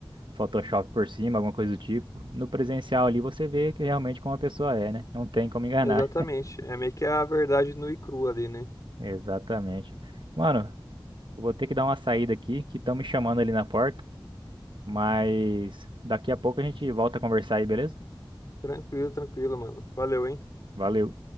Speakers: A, on the right (about 65°); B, on the left (about 40°).
A: Photoshop por cima, alguma coisa do tipo. No presencial ali você vê que realmente como a pessoa é, né? Não tem como enganar.
B: Exatamente. É meio que a verdade nua e crua ali, né?
A: <laughs> Exatamente. Mano, eu vou ter que dar uma saída aqui, que estão me chamando ali na porta, mas daqui a pouco a gente volta a conversar aí, beleza?
B: Tranquilo, tranquilo, mano. Valeu, hein?
A: Valeu.